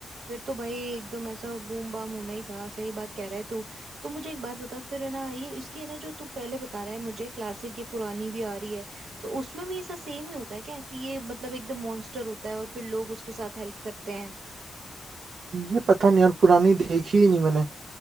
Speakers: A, on the right; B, on the right.
A: फिर तो भाई एकदम ऐसा बूम बाम होना ही था सही बात कह रहा है तू तो मुझे एक बात बता फिर है ना ये इसकी है ना जो तू पहले बता रहा है मुझे क्लासिक ये पुरानी भी आ रही है तो उसमें भी ऐसा सेम ही होता है क्या कि ये मतलब एकदम मॉन्स्टर होता है और फिर लोग उसके साथ हेल्प करते हैं
B: ये पता नहीं यार पुरानी देखी ही नहीं मैंने